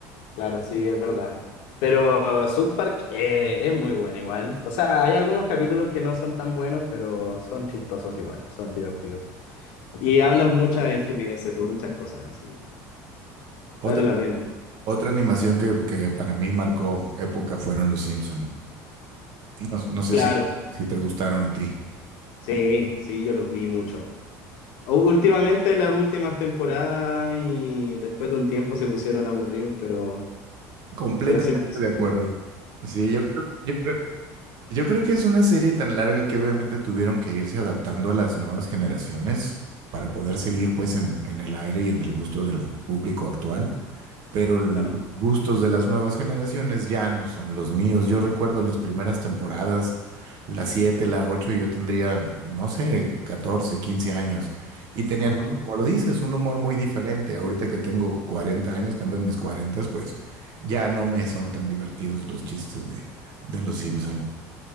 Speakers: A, on the left; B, on the right.
A: claro, sí, es verdad. Pero uh, South Park eh, es muy buena igual. O sea, hay algunos capítulos que no son tan buenos, pero son chistosos igual, son divertidos. Y hablan muchas estupideces, por muchas cosas, así que
B: Otra,
A: vale la pena.
B: otra animación que, que para mí marcó época fueron Los Simpson. No, no sé
A: Claro.
B: si, si te gustaron a ti.
A: Sí, sí, yo los vi mucho. U- Últimamente, las últimas temporadas y después de un tiempo se pusieron aburridos, pero,
B: Completamente
A: pero siempre son
B: de acuerdo.
A: buenos,
B: Sí, yo creo, yo creo Yo creo que es una serie tan larga que obviamente tuvieron que irse adaptando a las nuevas generaciones para poder seguir pues en, en el aire y en el gusto del público actual, pero el-
A: claro.
B: los gustos de las nuevas generaciones ya no son los míos. Yo recuerdo las primeras temporadas, la 7, la 8. yo tendría, no sé, 14, 15 años y tenían,
A: Ajá.
B: como lo dices, un humor muy diferente. Ahorita que tengo 40 años, que ando en mis 40, pues ya no me son tan divertidos los chistes de, de los Simpson.